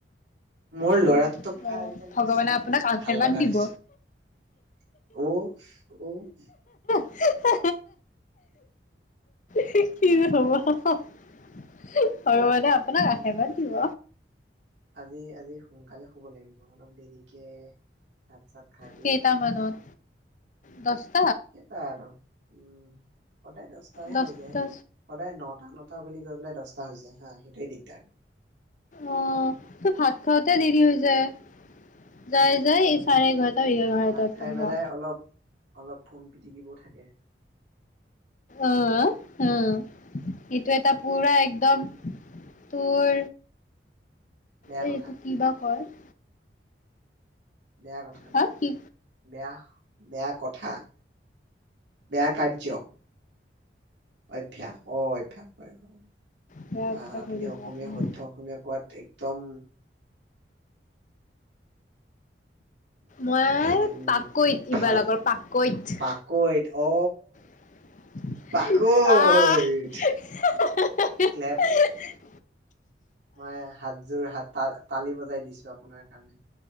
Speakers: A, on the right (about 80°); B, on the left (about 45°).
A: মোৰ লৰাটো
B: উম,
A: পঢ়াই
B: অ
A: আজিকালি
B: ভগৱানে
A: বেছি
B: আপোনাক
A: মানে
B: আশীৰ্বাদ
A: ভাল লগা
B: দিব
A: হৈছে উ উ <unintelligible>
B: হি হ <unintelligible> হু হি হি হি <unintelligible> হ'বা <unintelligible> হয় ভগবানে আপোনাক
A: উম
B: আশিবাদ দিব
A: আজি আজি সোনকালে শুব লাগিব, অলপ দেৰিকে ভাত চাত খাই পেলাই
B: কেইটামানত দচটা।
A: কেইটা আৰু উম। সদায় দহটাই
B: দছটা
A: হৈ যায়, সদায় নটা, নটা বুলি গৈ পেলাই, দহটা হৈ যায় হা সেইটোৱে দিগদাৰ। <inaudible>
B: অ, তোৰ ভাত খাওঁতে, দেৰি হৈ যায়। যাই যাই
A: উম,
B: এই চাৰে এঘাৰটা এঘাৰটা
A: ভাত খাই
B: হোৱা
A: পেলাই, অলপ অলপ ফোন পিটিকিব। থাকে।
B: অ, অ, এইটো এটা পুৰা একদম তোৰ
A: বেয়া
B: এই
A: কথা
B: এইটো, কি বা কয় <unintelligible>
A: বেয়া কথা,
B: হা
A: বেয়া কথা,
B: কি
A: বেয়া। বেয়া কথা। বেয়া কাৰ্য্য, অভ্যাস অ, অভ্যাস হয়, হয়,
B: সেয়া
A: বা
B: অভ্যাস
A: আপুনি
B: হৈ গৈছে
A: অসমীয়া
B: আপোনাৰ।
A: শুদ্ধ অসমীয়া কোৱাত একদম।
B: মই
A: ভে উম
B: পাকৈত,
A: ভাল
B: এইবাৰ লগৰ পাকৈত।
A: পাকৈত অ।
B: আহ
A: পাকৈত
B: খি খিহ <unintelligible>
A: ক্লেপ মই হাতযোৰ হাত তাল তালি বজাই দিছো আপোনাৰ কাৰণে